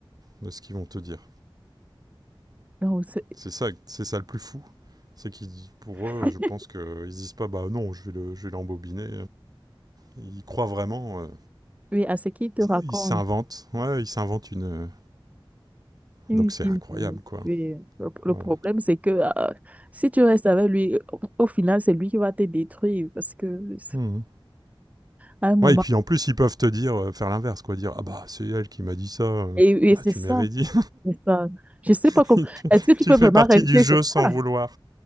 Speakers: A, on the right; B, on the right.
A: de ce qu'ils vont te dire.
B: Non, c'est-
A: C'est ça, c'est ça le plus fou. C'est qu'ils, pour
B: <laughs>
A: eux, je pense qu'ils disent pas, bah non, je vais le, je vais l'embobiner. Ils croient vraiment. euh,
B: oui, à ce qu'il te raconte.
A: ils s'inventent. Ouais, ils s'inventent une. euh,
B: Une
A: Donc
B: fille,
A: c'est incroyable,
B: oui.
A: quoi.
B: Oui. Le, le
A: Voilà.
B: problème, c'est que euh, si tu restes avec lui, au, au final, c'est lui qui va te détruire parce que
A: Mmh.
B: à un moment,
A: Ouais, et puis en plus, ils peuvent te dire, euh, faire l'inverse, quoi. Dire, ah bah, c'est elle qui m'a dit ça. euh,
B: et, et
A: bah,
B: c'est
A: tu
B: ça,
A: m'avais dit.
B: c'est ça. Je sais
A: <laughs>
B: pas comment.
A: tu,
B: Est-ce que tu
A: tu
B: peux
A: fais
B: vraiment
A: partie
B: rester?
A: du jeu
B: C'est
A: sans
B: ça.
A: vouloir.